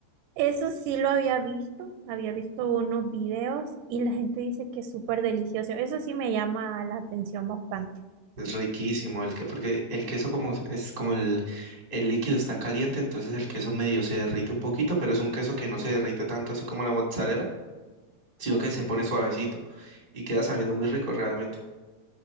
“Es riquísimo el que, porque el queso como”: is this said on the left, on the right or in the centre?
Right